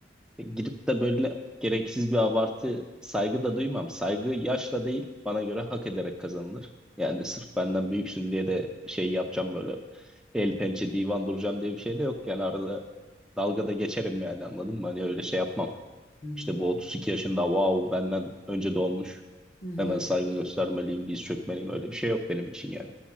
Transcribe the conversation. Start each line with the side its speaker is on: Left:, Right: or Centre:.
Centre: Gidip de böyle gereksiz bir abartı saygı da duymam. Saygı yaşla değil bana göre hak ederek kazanılır. Yani sırf benden büyüksün diye de şey yapacağım böyle el pençe divan duracağım diye bir şey de yok. Yani arada dalgada geçerim yani anladın mı? Hani öyle şey yapmam.
Left: Hı hı.
Centre: İşte bu 32 yaşında wow benden önce doğmuş.
Left: Hı hı.
Centre: Hemen saygı göstermeliyim, diz çökmeliyim öyle bir şey yok benim için yani.